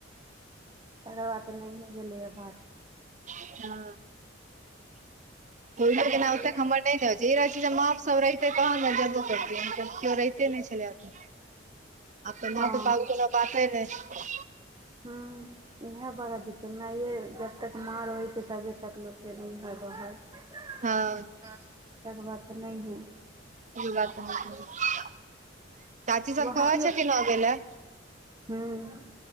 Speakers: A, on the right; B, on the right.
A: तकर बाद तऽ नहिये भेलैये बात
B: ह भ
A: देखबै
B: केना बातहेतै नहि छै रहै छै ज ओ सब रहिते तहन ने जेबो कैरतीयै मगर कियो रहिते नहि छलयत आ न तऽ
A: हँ
B: माघ फागुनतक बातें नहीं
A: हुं उहे बड़ा दिक्कत माये जबतक माँ रहय छैय तबे तक लोक फेर हुनका--तेँ
B: हँ
A: दुआरे तऽ नहि गेल
B: ई बात त हम--चाची
A: गुवाहाटियो
B: सब कहैय छथिन्ह आनै ले
A: हूँ